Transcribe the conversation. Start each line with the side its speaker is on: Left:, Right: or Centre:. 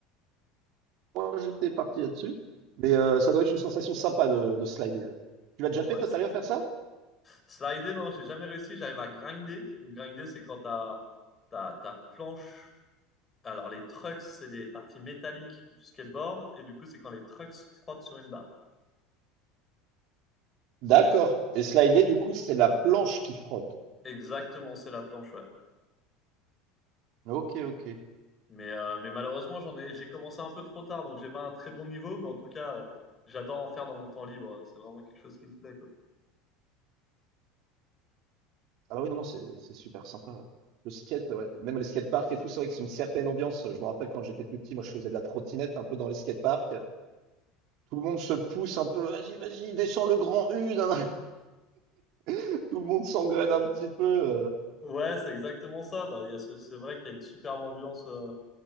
Right: Moi, j'étais parti là-dessus. Mais euh, ça doit être une sensation sympa de, de slider. Tu l'as déjà
Left: Ouais,
Right: fait, toi,
Left: c'est
Right: t'arrives à faire ça?
Left: Slider, non, j'ai jamais réussi. J'arrive à grinder. Donc, grinder, c'est quand ta, ta, ta planche. Alors, les trucks, c'est les parties métalliques du skateboard. Et du coup, c'est quand les trucks frottent sur une barre.
Right: D'accord. Et slider, du coup, c'est la planche qui frotte.
Left: Exactement, c'est la planche, ouais.
Right: Ok, ok.
Left: Mais, euh, mais malheureusement, j'en ai, j'ai commencé un peu trop tard. Donc, j'ai pas un très bon niveau. Mais en tout cas, euh, j'adore en faire dans mon temps libre. C'est vraiment quelque chose qui me plaît, quoi.
Right: Ah bah oui, non, non, c'est c'est super sympa. Le skate, ouais. Même les skateparks et tout, c'est vrai que c'est une certaine ambiance. Je me rappelle quand j'étais plus petit, moi je faisais de la trottinette un peu dans les skateparks. Tout le monde se pousse un peu, vas-y, vas-y, descends le grand U, nan, nan. <laughs> Tout le monde s'engraine un petit peu. euh.
Left: Ouais, c'est exactement ça. Bah, il y a ce- c'est vrai qu'il y a une superbe ambiance. euh,